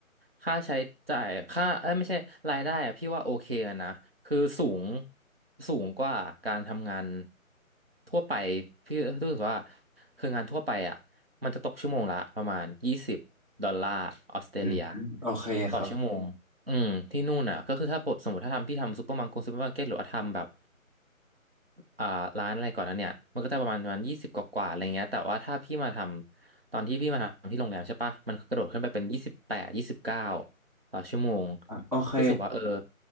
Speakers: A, on the right; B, on the right.
A: ค่าใช้จ่ายค่าเอ้ยไม่ใช่รายได้อะพี่ว่าโอเคอะนะคือสูงสูงกว่าการทำงานทั่วไปพี่รู้สึกว่าคืองานทั่วไปอ่ะมันจะตกชั่วโมงละประมาณยี่สิบดอลลาร์ออสเตรเลีย
B: อืมโอเคครับ
A: ต่อชั่วเโมงอืมที่นู่นอ่ะก็คือถ้าผมสมมติถ้าทำพี่ทำซูเปอร์มาร์เก็ตซูเปอร์มาร์เก็ตหรือว่าทำแบบ อ่าร้านอะไรก่อนนั้นเนี่ยมันก็จะประมาณประมาณยี่สิบกว่าๆอะไรเงี้ยแต่ว่าถ้าพี่มาทำตอนที่พี่มาทำที่โรงแรมใช่ปะมันกระโดดขึ้นไปเป็นยี่สิบแปดยี่สิบเก้าต่อชั่วโมง
B: โอเค
A: พี่รู้สึกว่าเออ